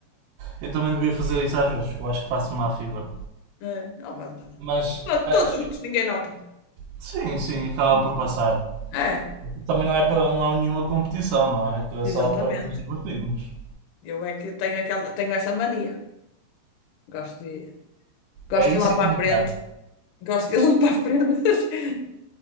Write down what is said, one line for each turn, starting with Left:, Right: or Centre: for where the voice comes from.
Right: Eu também devia fazer isso às vezes, porque eu acho que faço má figura.
Left: É, não faz nada.
Right: Mas.
Left: To-
Right: a-
Left: Todos
Right: a-
Left: juntos, ninguém nota.
Right: sim, sim, acaba
Left: Hum.
Right: por passar.
Left: É,
Right: Também não é para, não há nenhuma competição, não é? Aquilo é
Left: exatamente.
Right: só para nos divertirmos.
Left: Eu é que tenho aquela, tenho essa mania. Gosto de, gosto
Right: É isso
Left: de ir lá
Right: e
Left: para
Right: cantar.
Left: a frente. Gosto de ir lá para a frente.